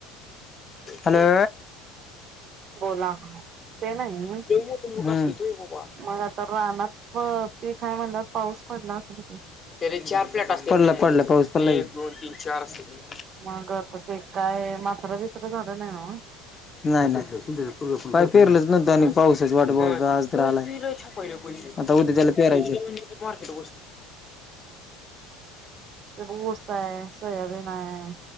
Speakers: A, on the left; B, on the right.
A: हॅलो
B: बोला ते नाही
A: हम्म.
B: मग आता रानात पीख हाय म्हणतात पाऊस पडला असंल कि.
A: त चार प्लेट अस पड पडलं कास पड दोन तीन चार असतात.
B: मग ते काय माथरा बितर झालं नाही नव.
A: नाही नाही आज पेरलाच नाही पावसाची वाट बघत होता आज तर आलाय. आता उद्या त्याला पिरायचे मार्केट
B: ते ऊस आहे सोयाबीन आहे.